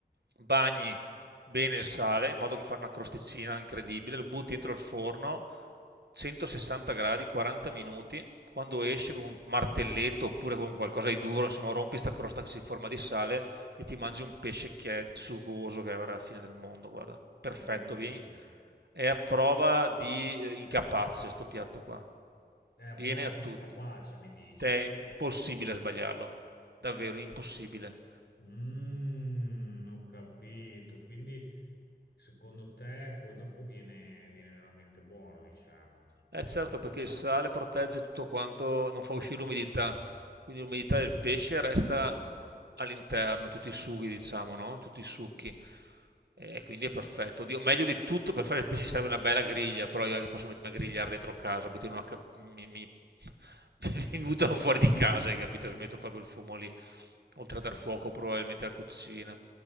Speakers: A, on the right; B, on the left.
A: bagni bene il sale, in modo che fa una crosticina incredibile, lo butti dentro il forno, 160 gradi, 40 minuti, quando esce con un martelletto oppure con qualcosa di duro, insomma rompi sta crosta che si forma di sale e ti mangi un pesce che è sugoso, che è la fine del mondo, guarda, perfetto,
B: È buonissimo.
A: vi- è a prova di eh, incapace sto piatto qua,
B: È
A: viene
B: proprio
A: a tutti,
B: capace, mi dici.
A: Te è impossibile sbagliarlo, davvero impossibile.
B: Mm, ho capito. Quindi, secondo te, poi dopo viene, viene veramente buono, diciamo.
A: Eh certo, perché il sale protegge tutto quanto, non fa uscire l'umidità, quindi l'umidità del pesce resta all'interno, tutti i sughi, diciamo, no? Tutti i succhi.
B: Sì,
A: E quindi è perfetto. Oddio, meglio di tutto per fare il pesce serve una bella griglia, però io anche posso mettermi a grigliare dentro casa, mettere una ca- mi, mi, <laughs> mi buttano fuori di casa, hai capito? Smetto di fare quel fumo lì, oltre
B: certo.
A: a dar fuoco probabilmente alla cucina.